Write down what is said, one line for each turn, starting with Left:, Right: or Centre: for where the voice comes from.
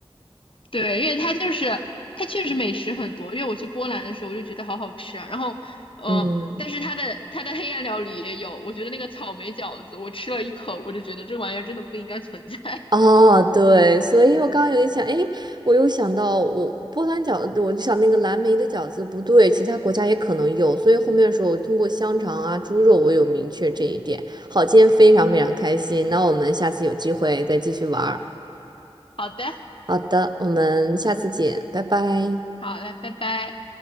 Left: 对，因为它就是它确实美食很多。因为我去波兰的时候，我就觉得好好吃啊。然后，呃，
Right: 嗯，
Left: 但是它的它的黑暗料理也有，我觉得那个草莓饺子，我吃了一口，我就觉得这玩意儿真的不应该存在。
Right: 哦，对，所以我刚刚有一想，哎，我又想到我波兰饺子，我就想那个蓝莓的饺子不对，其他国家也可能有，所以后面的时候我通过香肠啊、猪肉，我有明确这一点。好，今天非常非常开心，那我们下次有机会再继续玩儿。
Left: <laughs> 好的，
Right: 好的，我们下次见，拜拜。
Left: 好嘞，拜拜。